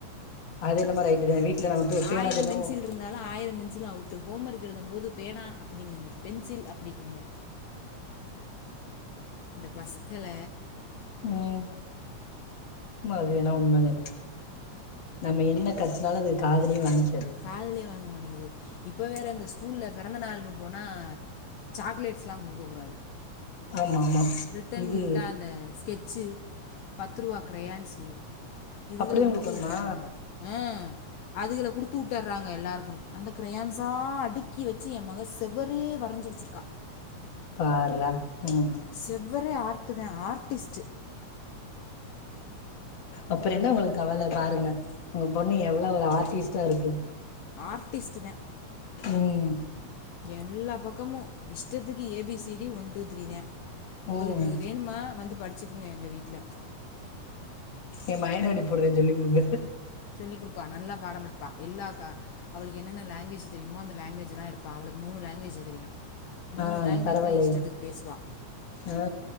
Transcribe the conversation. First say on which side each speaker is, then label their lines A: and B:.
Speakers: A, on the left; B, on the left.
A: அது என்னமோ ரைட்டு வீட்ல தான் நம்ம போய் பேனா
B: ஆயிரம்
A: தினமு
B: பென்சில் இருந்தாலும் ஆயிரம் பென்சிலும் அவுட் ஹோம் ஒர்க் எழுதும் போது பேனா அப்டின்னுங்க பென்சில் அப்டிங்கங்க இந்த பசங்கள
A: உம் அது வேணா உண்மை தான் நம்ம என்ன கத்துனாலும் அது காதுலையும் வாங்கிக்காது
B: காதுலயே வாங்க மாட்டேங்குது இப்ப வேற இந்த ஸ்கூல்ல பிறந்த நாள்ன்னு போனா சாக்லேட்ஸ்ல்லா குடுக்க கூடாது
A: ஆமா ஆமா
B: ரிட்டன்
A: இது
B: கிஃப்ட்டா அந்த ஸ்கெட்சு பத்து ரூபா கிரையான்ஸ இதுகள
A: அப்படிதான்
B: குடுத்து
A: குடுக்கணுமா
B: வுட்டுறாங்க அ அதுகள குடுத்து வுட்டுறாங்க எல்லாருக்கும் அந்த கிரையான்ஸா அடுக்கி வச்சு என் மக செவரே வரஞ்சி வச்சிருக்கா
A: பார்றா ம்
B: செவ்வறே ஆர்ட்டு தா ஆர்ட்டிஸ்ட்
A: அப்புறம் என்ன உங்களுக்கு கவல பாருங்க உங்க பொண்ணு எவ்வளவு ஆர்டிஸ்ட்டா இருக்கு
B: ஆர்டிஸ்ட்டுதா
A: உம்
B: எல்லா பக்கமும் இஷ்டத்துக்கு ஏபிசிடி ஒன் டூ ஃதிரீ தா உங்களுக்கு
A: ம்
B: வேணுமா வந்து படிச்சு வச்சுக்கங்க எங்க வீட்டுல
A: எ மயனே அனுப்பூட்றே சொல்லி கொடுங்க
B: சொல்லிக் குடுப்பா நல்லா பாடம் படிப்பா எல்லா க அவளுக்கு என்னென்ன லாங்வேஜ் தெரிமோ அந்த லாங்வேஜ் எல்லா எடுப்பா அவளுக்கு மூணு லாங்வேஜ் தெரியு மூணு
A: ஆ
B: லாங்வேஜ்லயு
A: பரவாயில்லையே
B: இஷ்டத்துக்கு பேசுவா
A: ஆ